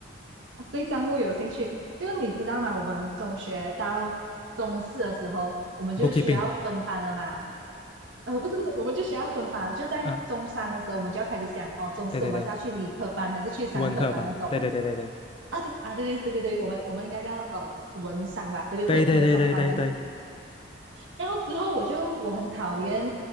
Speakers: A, on the right (about 85°); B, on the left (about 30°).
A: <laughs> 对账户有兴趣，就你知道吗？我们中学到中四的时候，我们就需要分班了嘛。
B: ？Bookkeeping
A: 呃，不是不是，我们就需要分班了就在中三的时候，
B: 啊，
A: 我们就要开始想哦，中四我们是要去理科班还是去商科班那种
B: 对对对，文科班，对对对对对
A: 啊？对啊，对对对对对，我们我们应该是要呃文商吧，对对对，
B: 对对对对对对，
A: <laughs> 文商班这样子。然后之后我就我很讨厌